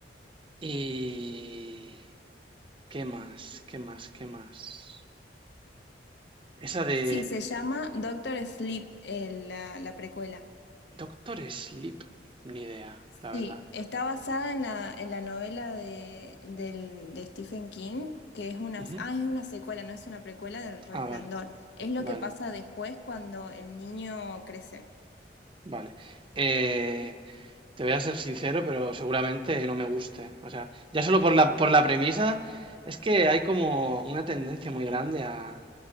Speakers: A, on the right; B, on the left.
A: ¿Y qué más? ¿Qué más? ¿Qué más? Esa de
B: Sí, se llama Doctor Sleep, el- la, la precuela.
A: Doctor Sleep, ni idea,
B: Sí,
A: la verdad.
B: está basada en la, en la novela de, del- de Stephen King, que es una,
A: Ujú.
B: ah, es una secuela, no es una precuela del Resplandor.
A: Ah, vale,
B: Es lo
A: vale,
B: que pasa después cuando el niño crece.
A: vale. Eh, Te voy a ser sincero, pero seguramente no me guste. O sea, ya solo por la, por la premisa, es que hay como una tendencia muy grande a